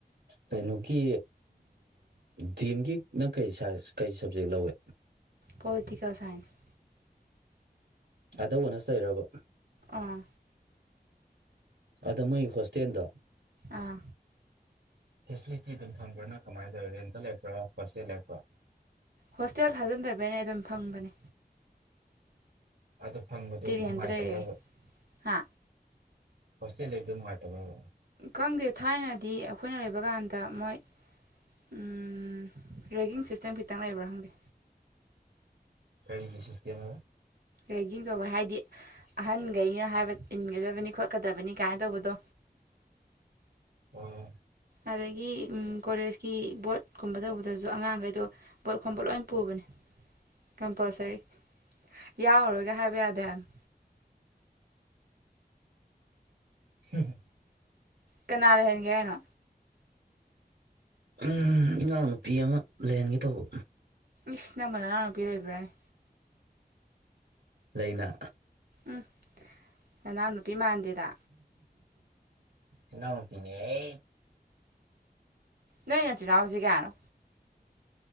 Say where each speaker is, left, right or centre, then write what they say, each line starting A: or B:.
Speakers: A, on the right (about 85°); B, on the right (about 65°).
A: ꯀꯩꯅꯣꯒꯤ ꯗꯤ ꯑꯦꯝꯒꯤꯅ ꯀꯩꯥ ꯀꯔꯤ ꯁꯕꯖꯦꯛ ꯂꯧꯋꯦ
B: ꯄꯣꯂꯤꯇꯤꯀꯦꯜ ꯁꯥꯏꯟꯁ
A: ꯑꯗ ꯑꯣꯅꯁ ꯇꯧꯔꯤꯔꯕ
B: ꯑꯥ
A: ꯑꯗ ꯃꯣꯏ ꯍꯣꯁꯇꯦꯜꯗꯣ
B: ꯑꯥ
A: ꯐꯦꯁꯤꯂꯤꯇꯤ ꯑꯗꯨꯝ ꯐꯪꯕ꯭ꯔꯥꯅ ꯀꯃꯥꯏꯅ ꯇꯧꯋ ꯔꯦꯟꯇ ꯂꯩꯔꯛꯄ꯭ꯔꯥ ꯍꯣꯁꯇꯦꯜ ꯂꯩꯔꯛꯄ꯭ꯔꯥ
B: ꯍꯣꯁꯇꯦꯜ ꯊꯥꯖꯤꯟꯗꯕꯅ ꯑꯗꯨꯝ ꯐꯪꯕꯅꯤ
A: ꯑꯗꯨ ꯐꯪꯕꯗꯣ ꯅꯨꯡꯉꯥꯏꯇꯕ꯭ꯔꯕ
B: ꯔꯦꯟꯇ ꯂꯩꯔꯛꯑꯦ ꯍꯥ
A: ꯍꯣꯁꯇ꯭ꯦꯜ ꯂꯩꯗꯣ ꯅꯨꯡꯥꯏꯇꯕꯔꯥꯕ
B: ꯈꯪꯗꯦ ꯊꯥꯏꯅꯗꯤ ꯑꯩꯈꯣꯏꯅ ꯂꯩꯕ ꯀꯥꯟꯗ ꯃꯣꯏ ꯎꯝ ꯔꯦꯒꯤꯡ ꯁꯤꯁꯇꯦꯝ ꯈꯤꯇꯪ ꯂꯩꯕ꯭ꯔꯥ ꯈꯪꯗꯦ
A: ꯀꯔꯤꯒꯤ ꯁꯤꯁꯇꯦꯝ ꯑꯕꯥ
B: ꯔꯦꯀꯤꯡ ꯇꯧꯕ ꯍꯥꯏꯗꯤ ꯑꯍꯟꯈꯩꯅ ꯍꯥꯏꯕ ꯏꯟꯒꯗꯕꯅꯤ ꯈꯣꯠꯀꯗꯕꯅꯤ ꯀꯥꯏꯅ ꯇꯧꯕꯗꯣ
A: ꯑꯣ
B: ꯑꯗꯒꯤ ꯀꯣꯂꯦꯖꯀꯤ ꯕꯣꯠꯀꯨꯝꯕ ꯇꯧꯕꯗꯁꯨ ꯑꯉꯥꯡꯈꯩꯗꯣ ꯕꯣꯠ ꯈꯣꯝꯕ ꯂꯣꯏ ꯄꯨꯕꯅꯦ ꯀꯝꯄꯜꯁꯔꯤ ꯌꯥꯎꯔꯔꯣꯏꯒ ꯍꯥꯏꯕ ꯌꯥꯗꯦ ꯍꯥꯏꯃꯤ
A: ꯍꯝ
B: ꯀꯅꯥ ꯂꯩꯍꯟꯒꯦ ꯍꯥꯏꯅꯣ
A: ꯎꯝ ꯏꯅꯥꯎꯅꯨꯄꯤ ꯑꯃ ꯂꯩꯍꯟꯒꯦ ꯇꯧꯕ
B: ꯏꯁ ꯅꯪꯕꯨ ꯅꯥꯅꯥꯎꯅꯨꯄꯤ ꯂꯩꯕꯔꯅꯦ
A: ꯂꯩꯅꯥ
B: ꯎꯝ ꯅꯅꯥꯎꯅꯨꯄꯤ ꯕꯤꯃꯥꯟꯗꯦꯗ
A: ꯏꯅꯥꯎ ꯅꯨꯄꯤ ꯅꯦꯍꯦ
B: ꯅꯣꯏ ꯅꯆꯤꯟꯅꯥꯎꯖꯤ ꯀꯌꯥꯅꯣ